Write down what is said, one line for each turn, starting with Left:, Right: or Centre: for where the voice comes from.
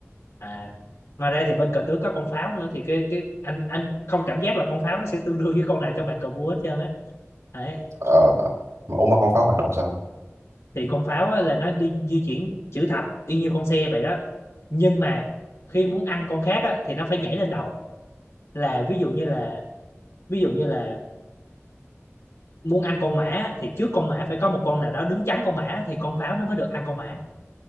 Left: à ngoài ra thì bên cờ tướng có con pháo nữa thì cái cái anh anh không cảm giác là con pháo nó sẽ tương đương với con nào trong bàn cờ vua hết trơn á đấy
Right: Ờ, mà ủa mà con pháo hoạt động sao?
Left: thì con pháo á, là nó đi di chuyển chữ thập y như con xe vậy đó nhưng mà khi muốn ăn con khác á, thì nó phải nhảy lên đầu là ví dụ như là ví dụ như là muốn ăn con mã á, thì trước con mã phải có một con nào đó đứng chắn con mã thì con pháo nó mới được ăn con mã